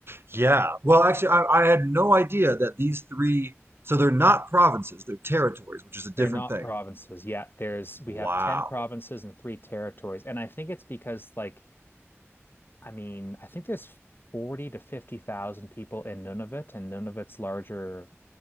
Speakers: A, on the right; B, on the left.
A: Yeah. Well, actually, I, I had no idea that these three, so they're not provinces, they're territories, which is a different
B: They're not
A: thing.
B: provinces. yet. there's we
A: Wow.
B: have 10 provinces and three territories. And I think it's because like I mean, I think there's 40 to 50,000 people in Nunavut and Nunavut's larger